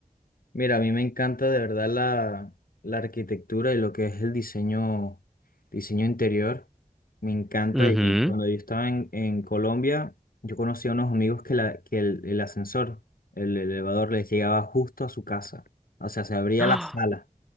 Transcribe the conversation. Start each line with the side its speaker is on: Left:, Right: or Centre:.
Left: Mira, a mí me encanta de verdad la, la arquitectura y lo que es el diseño, diseño interior. Me encanta
Centre: Ujú.
Left: y cuando yo estaba en, en Colombia, yo conocí a unos amigos que, la, que el, el ascensor, el elevador les llegaba justo a su casa. O sea, se abría
Centre: <gasps>
Left: la sala.
Centre: ¡Ah!